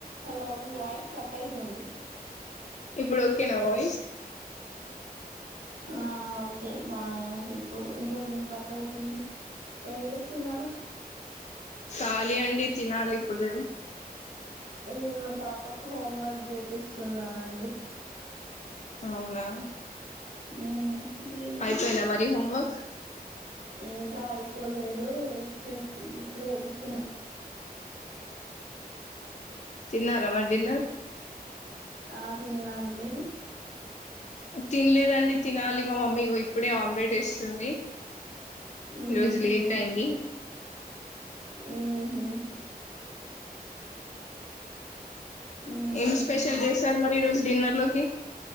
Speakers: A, on the right; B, on the left.
A: Hello అవి voice cut ఐతుంది.
B: ఇప్పుడు ఒకేనా వాయిస్
A: ఆ ఓకే బా <unintelligible> ప్పుడు ఇంతకుముందు కట్ట్ అవుతుంది. ఏం జేస్సున్నారు.
B: ఖాళీ అండి తినాలి ఇప్పుడు
A: ఇ మా పాపకు హోమ్ వగ్గ్ జేపిస్సున్నానండి.
B: అవునా
A: ఉ మీఉ,
B: అయిపోయిందా మరి హోంవర్క్
A: ఇంకా ఇ పోలేదు చేపి ఇప్పుడే ఏపిస్సున్నా
B: చిన్నార మరి డిన్నర్
A: ఆ తిన్నాం మీరు
B: తిన్లేదండి తినాలి మా మమ్మీ ఇగో ఇప్పుడే ఆమ్లెట్ ఎస్సుంది.
A: ఉహు
B: ఈ రోజు లేట్ అయింది.
A: హు హు ఉహు
B: ఏం స్పెషల్
A: అని
B: చేస్సారు మరి ఈ రోజ్ డిన్నర్ లోకి